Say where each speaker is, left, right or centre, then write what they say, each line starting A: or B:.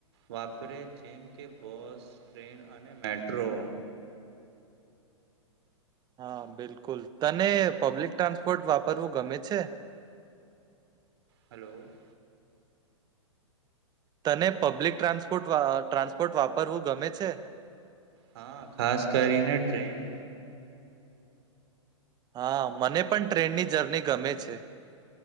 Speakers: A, on the right (about 55°); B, on the right (about 25°).
A: વાપરે જેમ કે બસ, ટ્રેન અને મેટ્રો.
B: હા, બિલકુલ તને પબ્લિક ટ્રાન્સપોર્ટ વાપરવું ગમે છે?
A: હલો.
B: તને પબ્લિક ટ્રાન્સપોર્ટ વા ટ્રાન્સપોર્ટ વાપરવું ગમે છે?
A: હા, ખાસ કરીને ટ્રેન.
B: હા, મને પણ ટ્રેનની જર્ની ગમે છે.